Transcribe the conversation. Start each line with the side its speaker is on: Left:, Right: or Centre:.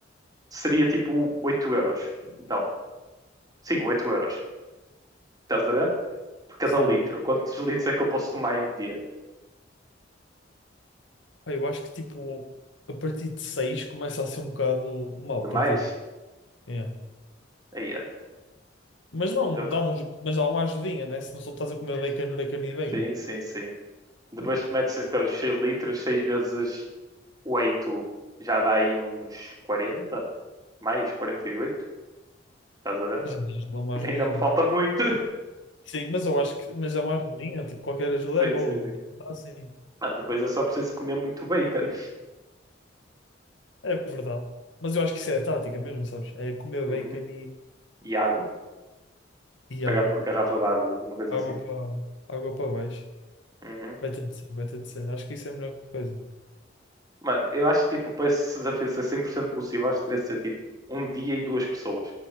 Right: seria tipo 8 euros. Não, sim, 8 euros. Estás a ver? Por cada
Left: sim.
Right: litro. Quantos litros é que eu posso tomar em um dia?
Left: Pá, Eu acho que tipo, a partir de 6 começa a ser um bocado mau
Right: Demais?
Left: para ti. É.
Right: Aí é.
Left: Mas dá
Right: Então,
Left: um, dá uns, mas dá uma ajudinha, né? Se não só estás a comer bacon, bacon e bacon.
Right: sim, sim, sim. Depois tu metes então 6 litros, 6 vezes 8, já dá aí uns quarenta Mais, 48. Estás a ver?
Left: Já dá
Right: <laughs>
Left: uma ajudinha.
Right: Ainda me falta muito.
Left: Sim, mas eu acho que, mas dá uma ajudinha, tipo, qualquer
Right: <laughs>
Left: ajuda
Right: sim,
Left: é boa.
Right: sim, sim.
Left: Tipo, dá assim.
Right: Mano, depois eu só preciso comer muito bacon.
Left: É verdade. Mas eu acho que isso é tática mesmo, sabes? É comer
Right: Uhum.
Left: bacon
Right: E água.
Left: E
Right: Pagar
Left: água.
Right: por garrafa de água, alguma coisa
Left: Água
Right: assim.
Left: para água para baixo.
Right: Uhum.
Left: Vai ter de ser, vai ter de ser. Acho que isso é a melhor coisa.
Right: Mano, eu acho que tipo, para esse desafio ser 100% possível, acho que teria de ser tipo um dia e duas pessoas.